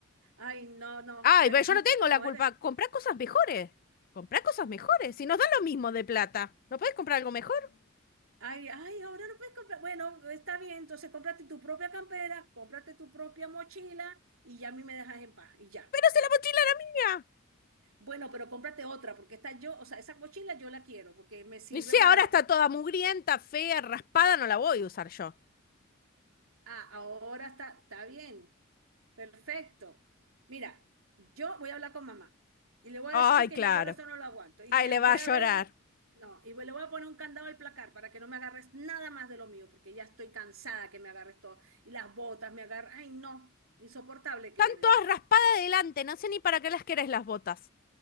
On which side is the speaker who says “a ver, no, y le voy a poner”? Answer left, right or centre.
Right